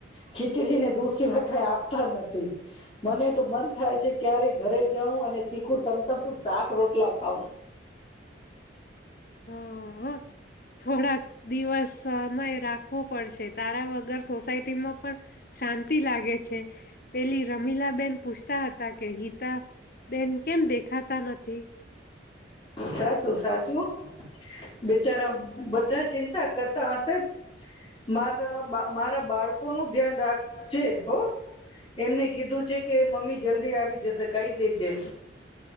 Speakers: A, on the left; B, on the left.
A: ખીચડીને દૂધ સિવાયે કઈ આપતા નથી મને તો મન થાય છે ક્યારેય ઘરે જઉં અને તીખું તમ તમતું શાક રોટલા ખાવું.
B: હા હા. થોડાક દિવસ સમય રાખ. પડશે તારા વગર સોસાયટીમાં પણ શાંતિ લાગે છે પેલી રમીલા. બેન પૂછતા હતા કે ગીતા, બેન કેમ દેખાતા નથી. નથી.
A: સાચું સાચું, બીચારા બધા ચિંતા કરતા હશે, મારા મારા બાળકો નું ધ્યાન રાખજે હો, એમને કીધું છે કે મમ્મી જલ્દી આવી જશે કઈ દેજે.